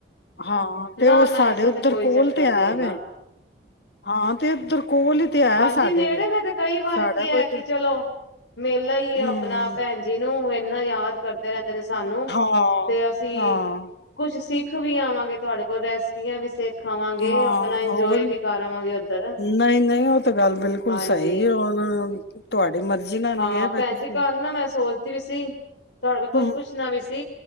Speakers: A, on the left; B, on the left.
A: ਹਾਂ ਤੇ
B: ਨਾ
A: ਉਹ
B: ਨਾ
A: ਸਾਡੇ
B: ਐਸਾ
A: ਉੱਧਰ
B: ਤੇ ਕੋਈ
A: ਕੋਲ
B: ਚੱਕਰ
A: ਤੇ
B: ਨੀ
A: ਹੈ
B: ਹੈਗਾ
A: ਵੇ ਹਾਂ ਤੇ ਇੱਧਰ ਕੋਲ ਹੀ ਤੇ ਹੈ
B: ਹਾਂਜੀ
A: ਸਾਡੇ
B: ਨੇੜੇ
A: ਵੀ
B: ਮ ਤੇ ਕਈ ਵਾਰ
A: ਸਾਡਾ
B: ਕੀ ਹੈ
A: ਕੋਈ
B: ਕਿ ਚਲੋ ਮੇਲਾ
A: ਹਮ
B: ਆਪਣਾ ਭੈਣ ਜੀ ਨੂੰ ਇੰਨਾ ਯਾਦ ਕਰਦੇ ਰਹਿੰਦੇ ਨੇ ਸਾਨੂੰ
A: ਹਾਂ
B: ਤੇ ਅਸੀਂ
A: ਹਾਂ
B: ਕੁਛ ਸਿੱਖ ਵੀ ਆਵਾਂਗੇ ਤੁਹਾਡੇ ਕੋਲ ਰੈਸਪੀਆਂ ਵੀ ਸਿਰਖ ਖਾਵਾਂਗੇ
A: ਹਾਂ
B: ਆਪਣਾ ਇੰਜੋਏ
A: ਹੋਰ
B: ਵੀ ਕਰਵਾਂਗੇ ਉੱਧਰ
A: ਨਹੀਂ ਨਹੀਂ ਉਹ ਤਾਂ ਗੱਲ ਬਿਲਕੁਲ
B: ਹਾਂਜੀ
A: ਸਹੀ ਹੈ ਹੁਣ ਤੁਹਾਡੀ ਮਰਜ਼ੀ ਨਾਲ
B: ਹਾਂ
A: ਹੀ ਹੈ ਬ
B: ਭੈਣ
A: ਤੁਸੀਂ
B: ਜੀ ਕੱਲ ਨਾ ਮੈਂ ਸੋਚਦੀ ਵੀ ਸੀ ਤੁਹਾਡੇ ਕੋਲ
A: ਹਮ
B: ਕੁੱਛ ਪੁੱਛਣਾ ਵੀ ਸੀ